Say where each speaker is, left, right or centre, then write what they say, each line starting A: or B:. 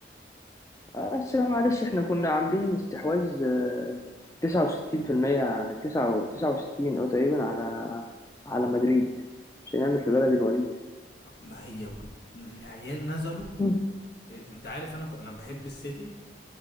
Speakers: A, on the left (about 15°); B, on the left (about 70°).
A: آه، بس معلش احنا كنا عاملين استحواذ آه، تسعة وستين في المية تسعة تسعة وستين أو تقريبا على على مدريد مش هنعمل في بلد الوليد
B: ما- ما هي ب... العيال نزلوا
A: مم.
B: إيه، انت عارف انا ك- انا بحب السيتي